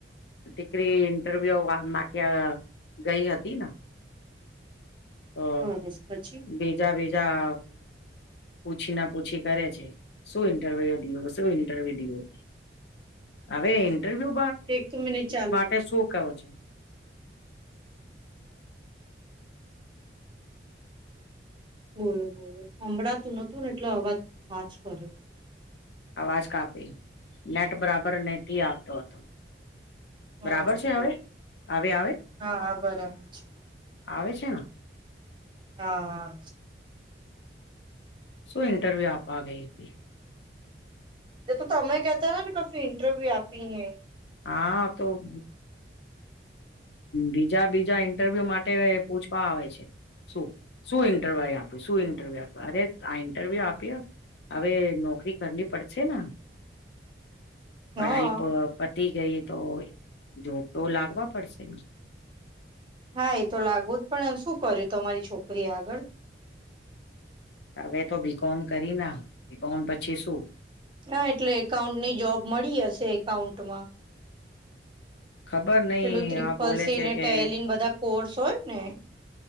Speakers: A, on the left; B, on the right.
A: દીકરી ઇન્ટરવ્યુ વા માટે ગઈ હતી ન. ઓ
B: સરસ પછી
A: બીજા બીજા પૂછી ના પૂછી કરે છે શું ઇન્ટરવ્યુ દિયો શું ઇન્ટરવ્યુ દિયો? હવે ઇન્ટરવ્યુ
B: એક તો મિનિટ ચાલુ
A: માટે
B: રાખો
A: શું કવું છે?
B: બોલો બોલો હભળાતું નતું ને એટલે અવાજ હા જ કરે.
A: અવાજ કાપી નેટ બરાબર નથીને આપતો હતો.
B: હા
A: બરાબર છે
B: બોલો બોલો
A: હવે હવે આવે?
B: હા હા બરાબર છે
A: આવે છે ને.
B: હા હા.
A: શું ઇન્ટરવ્યુ આપવા ગઈ હતી.
B: એ તો તમે કેતા તાને કસું ઇન્ટરવ્યુ આપીને
A: હા તો બીજા બીજા ઇન્ટરવ્યુ માટે પૂછવા આવે છે શું શું આપ શું ઇરવ્યુ આપ અરે આ ઇન્ટરવ્યુ આપીઆવો. હવે નોકરી કરની પડશેને પઢાઈ
B: હા
A: પર તી ગઈ તો જોબતો લાગવા પડશે ને.
B: હા એ તો લાગુજ પડેન શું કર્યું તમારી છોકરી આગળ?
A: હવે તો બીકોમ કરી ના બીકોમ પછી શું?
B: હા એટલે એકાઉન્ટની જોબ મળી હશે એકાઉન્ટમાં.
A: ખબર નઈ
B: પેલું ત્રિપલસી
A: આ બોલે છે
B: ને
A: કે
B: ટેલન બધા કોર્સ હોય ને.